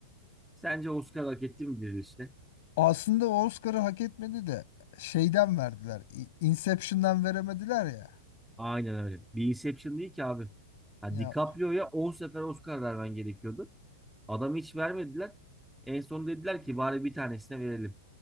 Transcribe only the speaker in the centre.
Sence Oscar hak etti midir işte?
Aynen öyle. Bir Inception değil ki abi. Ha,
DiCaprio'ya 10 sefer Oscar vermen gerekiyordu. Adam hiç vermediler. En son dediler ki bari bir tanesine verelim.